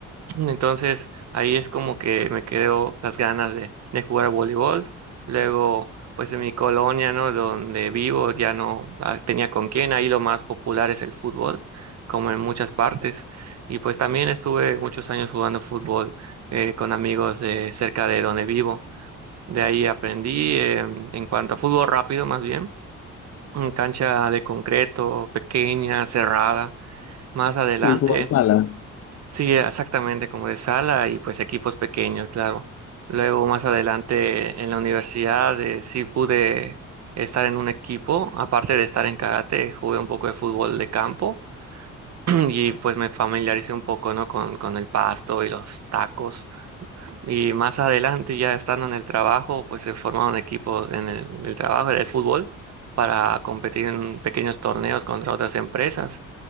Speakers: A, on the right; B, on the left.
A: Entonces ahí es como que me quedó las ganas de, de jugar a voleibol. Luego, pues en mi colonia, ¿no? Donde vivo ya no ah, tenía con quién. Ahí lo más popular es el fútbol, como en muchas partes. Y pues también estuve muchos años jugando fútbol eh, con amigos de cerca de donde vivo. De ahí aprendí eh, en cuanto a fútbol rápido, más bien, en cancha de concreto, pequeña, cerrada. Más adelante.
B: Y fútbol sala.
A: Sí, exactamente, como de sala y pues equipos pequeños, claro. Luego más adelante en la universidad eh, sí pude estar en un equipo, aparte de estar en karate, jugué un poco de fútbol de campo <clears throat> y pues me familiaricé un poco, ¿no? Con, con el pasto y los tacos. Y más adelante, ya estando en el trabajo, pues se formaron equipos en el, en el trabajo del fútbol para competir en pequeños torneos contra otras empresas.